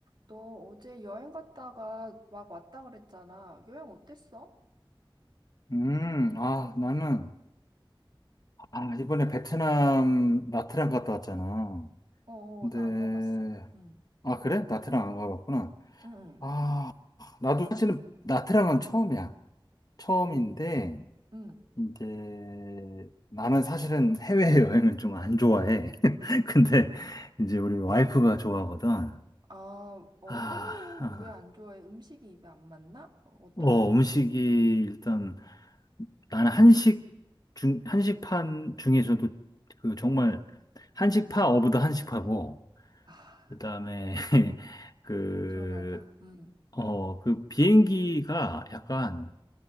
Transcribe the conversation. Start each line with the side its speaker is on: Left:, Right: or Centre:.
Right: 너 어제 여행 갔다가 막 왔다 그랬잖아. 여행 어땠어?
Left: 음, 아, 나는, 아, 이번에 베트남 나트랑 갔다 왔잖아.
Right: 어, 어,
Left: 근데,
Right: 나 안 가봤어. 응,
Left: 아, 그래? 나트랑 안 가봤구나.
Right: 응,
Left: 아, 나도 사실은 나트랑은 처음이야. 처음인데,
Right: 응. 오, 응.
Left: 이제, 나는 사실은 해외여행은 좀 안 좋아해. <laughs> 근데, 이제 우리 와이프가 좋아하거든.
Right: 아, 어,
Left: 아,
Right: 해외여행
Left: 아.
Right: 왜 안 좋아해? 음식이 입에 안 맞나? 어, 어떤
Left: 어,
Right: 이유야?
Left: 음식이 일단 나는 한식 중, 한식판 중에서도 그 정말 한식파 어브 더 한식파고,
Right: 아,
Left: 그 다음에 <laughs> 그,
Right: 엄청나다. 응,
Left: 어, 그 비행기가 약간,